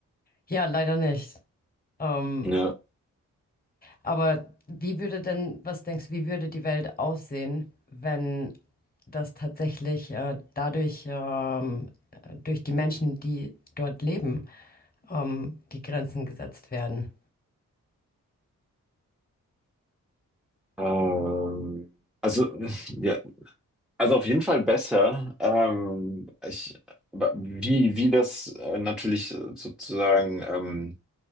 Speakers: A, on the left; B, in the centre.
A: Ja, leider nicht. Ähm,
B: Ja,
A: aber wie würde denn, was denkst du, wie würde die Welt aussehen, wenn das tatsächlich äh, dadurch, ähm, durch die Menschen, die dort leben, ähm, die Grenzen gesetzt werden?
B: ähm, also, ja, also auf jeden Fall besser. Ähm, ich, aber wie, wie das äh, natürlich sozusagen. Ähm,